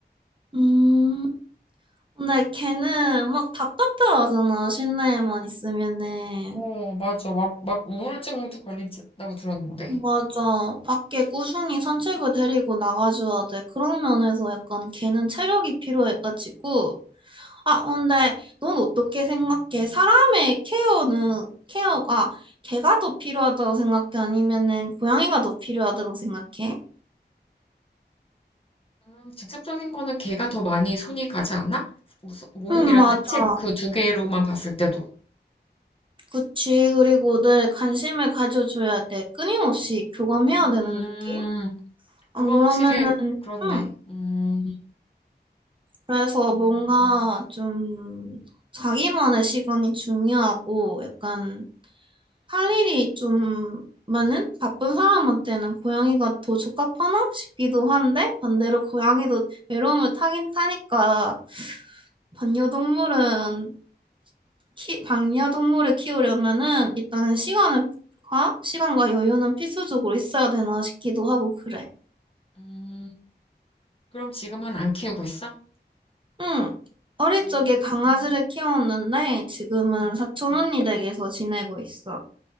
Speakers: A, on the right; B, on the left.
A: 음. 근데 걔는 막 답답해하잖아, 실내에만 있으면은.
B: 어, 맞아. 막, 막 우울증도 걸린다고 들었는데.
A: 맞아. 밖에 꾸준히 산책을 데리고 나가줘야 돼. 그런 면에서 약간 걔는 체력이 필요해가지고. 아, 근데 넌 어떻게 생각해? 사람의 케어는, 케어가 개가 더 필요하다고 생각해? 아니면은 고양이가 더 필요하다고 생각해?
B: 음, 직접적인 거는 개가 더 많이 손이 가지 않나? 무서- 목욕이랑
A: 응, 맞아.
B: 산책 그 두 개로만 봤을 때도.
A: 그치. 그리고 늘 관심을 가져줘야 돼. 끊임없이 교감해야
B: 음,
A: 되는 느낌? 안
B: 그건
A: 그러면은,
B: 확실히 그렇네.
A: 응.
B: 음,
A: 그래서
B: 음,
A: 뭔가 좀 자기만의 시간이 중요하고 약간 할 일이 좀 많은 바쁜 사람한테는 고양이가 더 적합하나 싶기도 한데 반대로 고양이도 외로움을 타긴 타니까 반려동물은 키, 반려동물을 키우려면은 일단은 시간을 과 시간과 여유는 필수적으로 있어야 되나 싶기도 하고 그래.
B: 음. 그럼 지금은 안 키우고 있어?
A: 응. 어릴
B: 음.
A: 적에 강아지를 키웠는데 지금은
B: 음.
A: 사촌 언니 댁에서 지내고 있어.